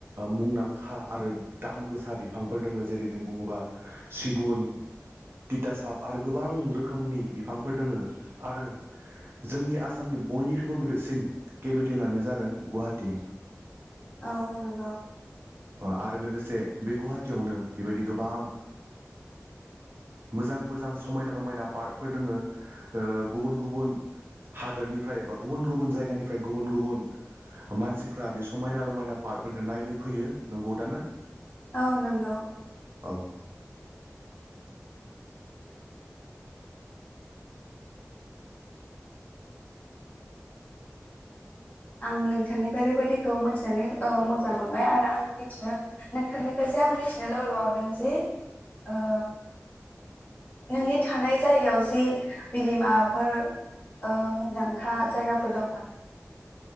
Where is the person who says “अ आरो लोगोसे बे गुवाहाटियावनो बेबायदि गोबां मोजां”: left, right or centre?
Right